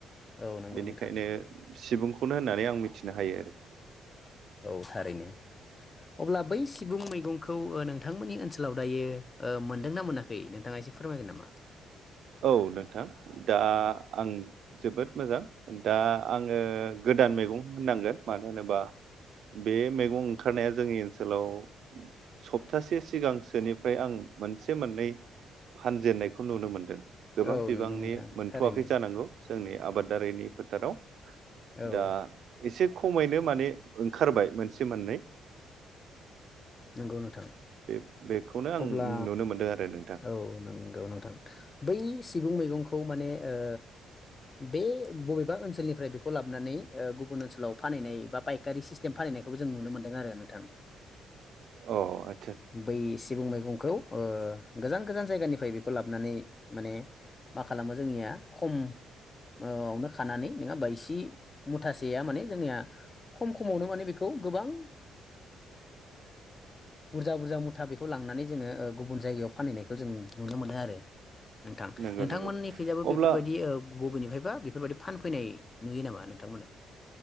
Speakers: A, on the left; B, on the right.
A: औ नंगौ
B: बेनिखायनो
A: नोंथां
B: सिबुंखौनो होननानै आं मिथिनो हायो आरो
A: औ थारैनो अब्ला बै सिबुं मैगंखौ ओ नोंथांमोननि ओनसोलाव दायो ओ मोनदोंना मोनाखै नोंथाङा से फोरमायगोन नामा
B: औ नोंथां दा आं जोबोद मोजां दा आङो गोदान मैगं होननांगोन मानो होनोबा बे मैगं ओंखारनाया जोंनि ओनसोलाव सप्तासे सिगांसोनिफ्राय आं मोनसे मोननै फानजेनन्नायखौ नुनो मोनदों गोबां
A: औ
B: बिबांनि
A: नंगौ नोंथां
B: मोनथ'वाखै
A: थारैनो
B: जानांगौ जोंनि आबादारिनि फोथाराव
A: औ
B: दा एसे खमैनो माने ओंखारबाय मोनसे मोननै
A: नंगौ नोंथां
B: बे बेखौनो आं
A: अब्ला
B: नुनो मोनदों आरो नोंथां
A: औ नंगौ नोंथां बै सिबुं मैगंखौ माने ओ बे बबेबा ओनसोलनिफ्राय बेखौ लाबोनानै ओ गुबुन ओनसोलाव फानैनाय बा पायखारि सिस्टेम फानैनाय नायखौबो जों नुनो मोनदों आरो नोंथां
B: अ आ
A: बै सिबुं मैगंखौ ओ गोजान -गोजान जायगानिफ्राय बेखौ लाबोनानै माने मा खालामो जोंनिया खमवोआवनो खानानै नोङा होनबायसि मुथासेया माने जोंनिया खम -खमावनो माने बेखौ गोबां ओ बुरजा बुरजा मुथा बेखौ लांनानै जोङो गुबुन जायगायाव फानहैनायखौ जों नुनो मोनो आरो नोंथां
B: नंगौ
A: नोंथांमोननिखैजाबो
B: नंगौ अब्ला
A: बेफोरबायदि ओ बबेनिफ्राय बा बेफोरबायदि फानफैनाय नुयो नामा नोंथांमोना